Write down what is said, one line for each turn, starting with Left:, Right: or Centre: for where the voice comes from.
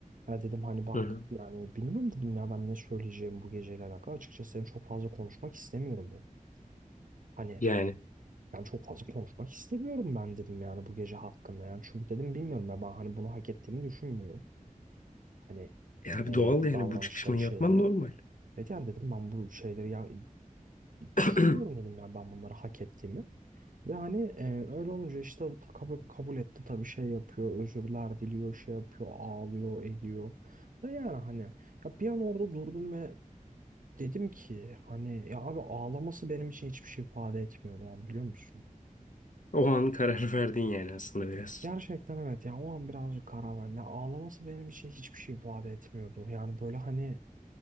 Right: Ya dedim hani bak
Left: Hı hı.
Right: yani bilmiyorum dedim ya ben ne söyleyeceğim bu geceyle alakalı. Açıkçası dedim çok fazla konuşmak istemiyorum dedim. Hani
Left: Yani.
Right: ben çok fazla konuşmak istemiyorum ben dedim yani bu gece hakkında yani. Çünkü dedim bilmiyorum ya ben hani bunu hak ettiğimi düşünmüyorum. Hani
Left: E abi
Right: e,
Left: doğal
Right: bu
Left: yani
Right: davranışları
Left: bu çıkışmayı
Right: şeylere.
Left: yapman normal.
Right: Evet yani dedim ben bu şeyleri ya
Left: <clears throat>
Right: düşünmüyorum dedim ya ben bunları hak ettiğimi. Ve hani e, öyle olunca işte bu kabul, kabul etti tabii şey yapıyor, özürler diliyor, şey yapıyor, ağlıyor, ediyor. Ve yani hani ya bir an orada durdum ve dedim ki hani ya abi ağlaması benim için hiçbir şey ifade etmiyor o an biliyor musun?
Left: O an karar <laughs> verdin yani aslında biraz.
Right: Gerçekten evet yani o an birazcık karar verdim. Ya ağlaması benim için hiçbir şey ifade etmiyordu. Yani böyle hani